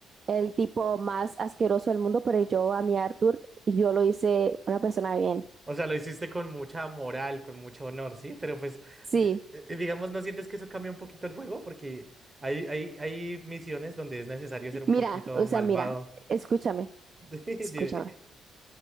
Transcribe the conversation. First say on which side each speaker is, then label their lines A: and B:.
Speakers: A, on the right; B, on the right.
A: el tipo más asqueroso del mundo, pero yo a mi Arthur, yo lo hice una persona bien.
B: O sea, lo hiciste con mucha moral, con mucho honor, ¿sí? Pero pues,
A: Sí,
B: di- eh, digamos, ¿no sientes que eso cambia un poquito el juego? Porque hay, hay, hay misiones donde es necesario ser un
A: mira,
B: poquito
A: o
B: malvado.
A: sea, mira, escúchame,
B: <laughs>
A: escúchame,
B: Dime.